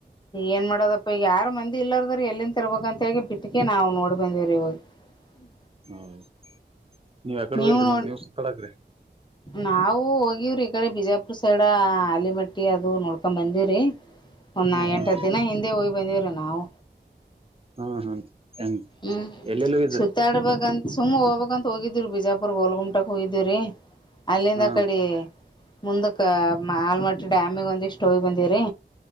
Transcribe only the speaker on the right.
ಹ್ಮ್ ನೀವ್ ಆಕಡೆ
ಹಲ್ರಿ
ಮತ್ ನೀವ್ ಸುಪರಾಕ್ರಿ
ಹ್ಮ್ ಹ್ಮ್
ಹ್ಮ ಹ್ಮ ಹೆಂಗ
ಎಲ್ಲೆಲ್ಲೂ ಇದ್ರ
ಹಾ